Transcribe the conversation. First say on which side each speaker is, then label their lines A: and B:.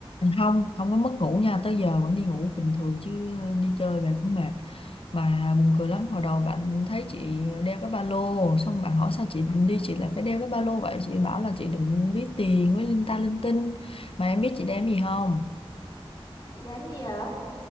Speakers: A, on the left; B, on the left.
A: Không, không có mất ngủ nha, tới giờ vẫn đi ngủ bình thường chứ đi chơi về cũng mệt. Mà buồn cười lắm, hồi đầu bạn thấy chị đeo cái ba lô, xong bạn hỏi sao chị đi chị lại phải đeo cái ba lô vậy, chị bảo là chị đừng ví tiền với linh ta linh tinh. Mà em biết chị đem gì không?
B: Chị làm gì ạ?